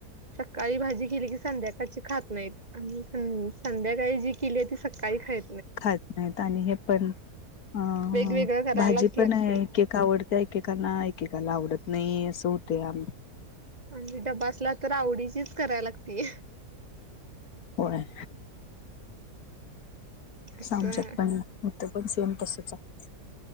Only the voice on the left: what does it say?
खात नाहीत आणि हे पण, अ
भाजी पण
आहे की का आवडते एकेकांना एकेकाला आवडत नाही असं होतया.
होयय
आमच्यात पण बघ सेम तसच आहे